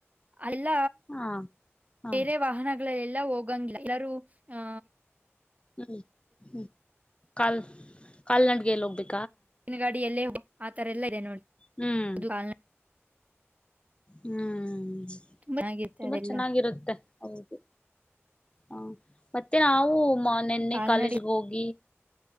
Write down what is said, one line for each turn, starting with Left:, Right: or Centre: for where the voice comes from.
Right: ಅಲ್ಲ
Left: ಹಾ ಹಾ
Right: ಬೇರೆ ವಾಹನಗಳಲ್ಲೆಲ್ಲಾ ಹೋಗಂಗ್ಿಲ್ಲ ಎೂ ಹ
Left: ಹ್ಮ ಹ್ಮ ಕಲ್ ಕ ನಂಡ ಗ ಲೋಗ ಬಿ
Right: ಿನ ಗಾಡಿ ಎಲ್ಲೇ ಹೋಗ ಆ ತರ ಎಲ್ಲ ಇದೆ ನೋಡಿ
Left: ಹ್ಮ್
Right: ಅದು ಕಾಲ್ನಡ
Left: ಹ್ಮ್
Right: ತುಂಬಾ ಚೆನ್ನಾಗಿರುತ್ತೆ
Left: ತುಂಬಾ
Right: ಅದೆಲ್ಲ
Left: ಚೆನ್ನಾಗಿರುತ್ತೆ ಹೌದು, ಹ, ಮತ್ತೆ ನಾವು? <inaudible> ನೆನೈ,
Right: ಕಾಲ್ನಡಿ
Left: ಕಾಲೇಜಗೋಗಿ? <inaudible>